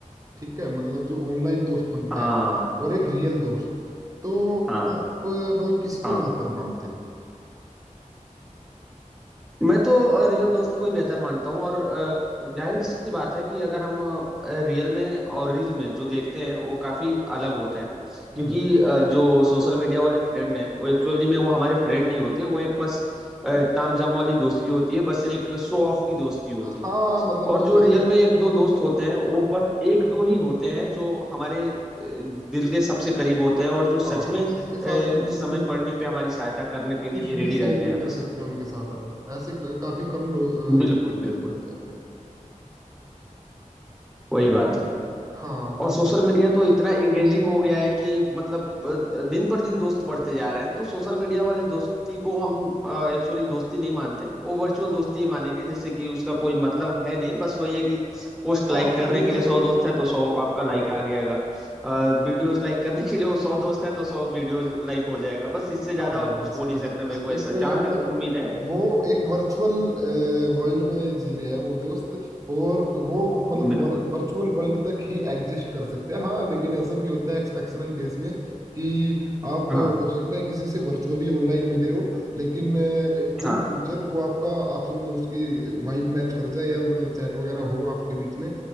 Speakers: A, on the right; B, in the centre.
A: ठीक है मतलब जो ऑनलाइन दोस्त बनते
B: हाँ
A: हैं
B: हाँ
A: और एक रियल दोस्त तो
B: हाँ
A: आप अ, मतलब किसको
B: हाँ।
A: बेहतर मानते हो
B: मैं तो रियल दोस्त को ही बेहतर मानता हूँ और अ, जाहिर सी बात है कि अगर हम रियल में और रील में जो देखते हैं वो काफी अलग होता है क्योंकि
A: हम्म
B: अ, जो सोशल मीडिया वाले फ्रेंड हैं वो एक्चुअली में वो हमारे फ्रेंड नहीं होते वो एक बस अ, तामझाम वाली दोस्ती होती है बस एक शो ऑफ की दोस्ती होती
A: हाँ
B: है
A: मतलब
B: और
A: वो
B: जो
A: बस
B: रियल में एक दो दोस्त होते हैं वो बस एक दो ही होते हैं जो हमारे अ, दिल के सबसे करीब होते हैं और जो सच
A: हाँ
B: में
A: जिसके
B: अ,
A: साथ
B: समय
A: हम मतलब
B: पड़ने पे हमारी सहायता करने के लिए
A: कुछ
B: रेडी
A: भी शेयर
B: रहते हैं
A: भी
B: हमेशा
A: कर सकते हैं उनके साथ हम ऐसे क- काफी कम लोग
B: बिल्कुल बिल्कुल
A: दोस्त होते हैं अपने
B: वही बात
A: वो-
B: है
A: हाँ बिल्कुल
B: और सोशल मीडिया तो इतना एंगेजिंग हो गया है कि मतलब अ, दिन पर दिन दोस्त बढ़ते जा रहे हैं तो सोशल मीडिया वाले दोस्ती को हम एक्चुअली दोस्ती नहीं मानते वो वर्चुअल दोस्ती ही मानेंगे जैसे कि उसका कोई मतलब है नहीं बस वही है कि पोस्ट
A: हाँ
B: लाइक करने
A: वो
B: के लिए
A: बस
B: सौ दोस्त हैं तो सौ आपका लाइक आ गयागा वीडियोस लाइक करने के लिए वो सौ दोस्त हैं तो सौ वीडियोस लाइक हो जाएगा बस
A: हाँ
B: इससे ज्यादा और
A: बस
B: कुछ हो नहीं
A: बस
B: सकता
A: बस
B: मेरे को
A: एक
B: ऐसा जहां
A: मतलब
B: तक उम्मीद है
A: वो एक वर्चुअल वर्ल्ड में जी रहे हैं वो दोस्त और वो मतलब
B: बिल्कुल
A: वर्चुअल वर्ल्ड तक ही एग्जिस्ट कर सकते हैं हाँ लेकिन ऐसा भी होता है एक्सेप्शनल केस में कि आप
B: हाँ
A: हो सकता है किसी से वर्चुअली ऑनलाइन मिले हो लेकिन इन
B: हाँ
A: फ्यूचर वो आपका आपसे मतलब उसकी वाइब मैच कर जाए यार मतलब चैट वगैरह हो आपके बीच में